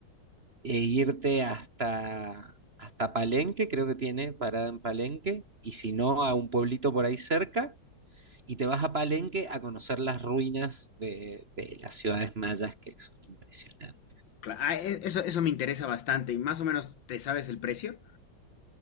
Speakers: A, on the right; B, on the left.
A: E irte hasta, hasta Palenque, creo que tiene parada en Palenque, y si no, a un pueblito por ahí cerca. Y te vas a Palenque a conocer las ruinas de, de las ciudades mayas, que son impresionantes.
B: Cla- ah, e- eso, eso me interesa bastante. ¿Y más o menos te sabes el precio?